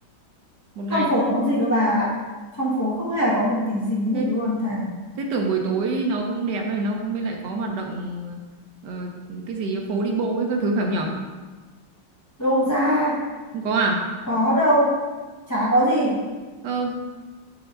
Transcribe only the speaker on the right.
một ngày
không
nhỉ?
Thế
Thế tưởng buổi tối nó cũng đẹp ấy, nó cũng mới lại có hoạt động ờ, cái gì phố đi bộ với các thứ phải không nhở?
Không có à?
Ờ,